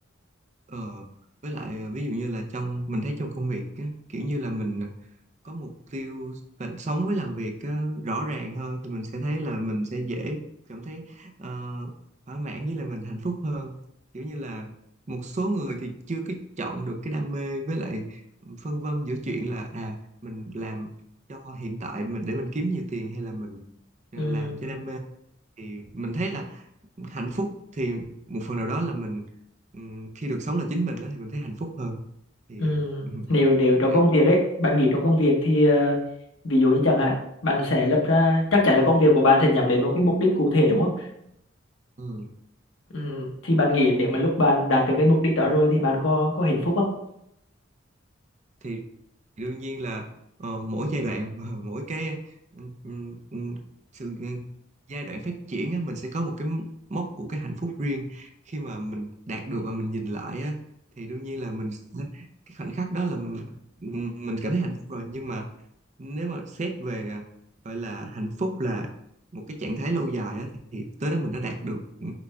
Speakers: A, on the right; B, on the left.
A: Ờ, với lại ờ, ví dụ như là trong mình thấy trong công việc á, kiểu như là mình có mục tiêu và sống với làm việc á, rõ ràng hơn thì mình sẽ thấy là mình sẽ dễ cảm thấy ờ, thỏa mãn với là mình hạnh phúc hơn kiểu như là một số người thì chưa cái chọn được cái đam mê với lại phân vân giữa chuyện là à mình làm cho hiện tại mình để mình kiếm nhiều tiền hay là mình ờ,
B: ừ.
A: làm cho đam mê thì mình thấy là hạnh phúc thì một phần nào đó là mình ừm, khi được sống là chính mình đó thì mình thấy hạnh phúc hơn thì
B: Ừ.
A: ừ, <laughs>
B: Nếu nếu trong
A: bạn-
B: công việc ấy, bạn nghĩ trong công việc thì ờ, ví dụ như chẳng hạn bạn sẽ lập ra chắc chắn là công việc của bạn sẽ nhắm đến một cái mục đích cụ thể đúng không?
A: ừ,
B: Ừ. Thì bạn nghĩ nếu mà lúc bạn đạt được cái mục đích đó rồi thì bạn có có hạnh phúc không?
A: thì đương nhiên là ờ, mỗi giai đoạn <laughs> mỗi cái ừ, ừ, ừ, sự ừ, giai đoạn phát triển á, mình sẽ có một cái mốc của cái hạnh phúc riêng khi mà mình đạt được và mình nhìn lại á, thì đương nhiên là mình sẽ- cái khoảnh khắc đó là mình, mình cảm thấy hạnh phúc rồi nhưng mà nếu mà xét về à, gọi là hạnh phúc là một cái trạng thái lâu dài á, thì thì tới đó mình đã đạt được ừ,